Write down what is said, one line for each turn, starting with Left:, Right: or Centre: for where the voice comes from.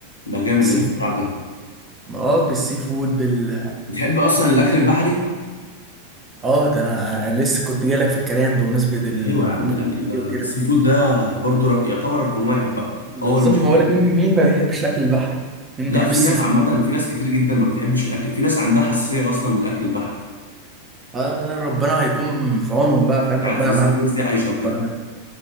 Left: ده جامد
Right: فود
Left: الاختراع ده
Right: اه بالسي فود بال
Left: بتحب اصلا الاكل البحري
Right: اه ده انا لسه كنت جايلك في الكلام بمناسبه ال
Left: ايوه يا عم الاكل ده
Right: وكده
Left: السي فود ده برضه ر- يعتبر رقم واحد بقى
Right: بالظبط
Left: هو المشويات
Right: ما بقولك مين مين ما بيحبش الاكل البحري مين
Left: لا
Right: بيحب
Left: في
Right: السي
Left: ناس
Right: فود
Left: عامه في ناس كتير جدا ما بتحبش الاكل في ناس عندها حساسيه اصلا من الاكل البحري
Right: اه لا لا ربنا هيكون في عونهم بقى فاهم
Left: عارف
Right: ربنا
Left: ازاي
Right: معاهم
Left: الناس دي عايشه بجد
Right: ف-